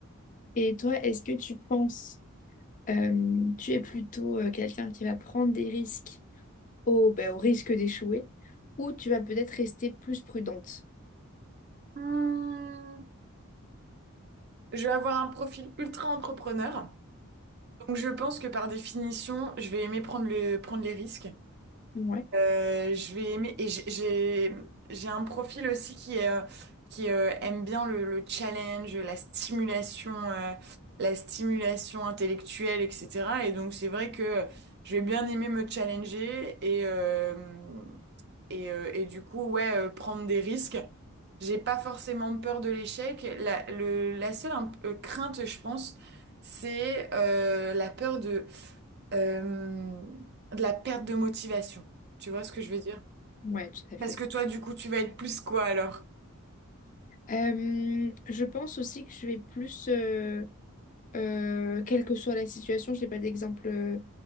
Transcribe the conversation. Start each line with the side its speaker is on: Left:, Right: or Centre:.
Left: Et toi, est-ce que tu penses, euh, tu es plutôt euh, quelqu'un qui va prendre des risques au, bah au risque d'échouer, ou tu vas peut-être rester plus prudente?
Right: Hmm, Je vais avoir un profil ultra entrepreneur. Donc je pense que par définition, je vais aimer prendre le, prendre les risques.
Left: Ouais,
Right: Euh, je vais aimer et j'ai j'ai j'ai un profil aussi qui est, euh, qui euh, aime bien le, le challenge, la stimulation, euh, la stimulation intellectuelle, etc. Et donc c'est vrai que je vais bien aimer me challenger et euh, et, euh, et du coup, ouais, euh, prendre des risques. J'ai pas forcément peur de l'échec. La, le, la seule un- euh, crainte, je pense, c'est euh, la peur de, euh, de la perte de motivation. Tu vois ce que je veux dire?
Left: ouais, tout à fait.
Right: Parce que toi, du coup, tu vas être plus quoi alors?
Left: Euh, je pense aussi que je vais plus, euh, euh, quelle que soit la situation, j'ai pas d'exemple euh,